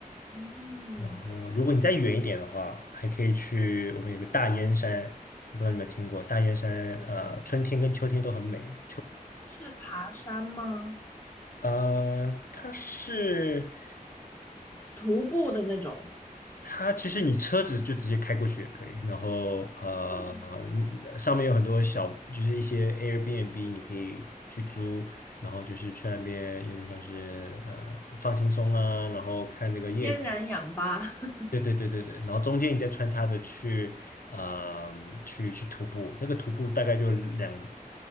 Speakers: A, on the left; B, on the left.
A: 嗯，
B: 然后如果你再远一点的话，还可以去我们有个大燕山，我不知道你们听过大燕山，
A: 嗯
B: 呃，春天跟秋天都很美。
A: 是爬山吗？
B: 呃，它是。
A: 徒步的那种，
B: 它其实你车子就直接开过去也可以，然后呃，
A: 嗯，
B: 你上面有很多小，就是一些 Airbnb 你可以去租，然后就是去那边有点像是呃放轻松啊，然后看这个叶子，
A: 天然氧吧。<laughs>
B: 对对对对对，然后中间你再穿插着去呃去去徒步，那个徒步大概就两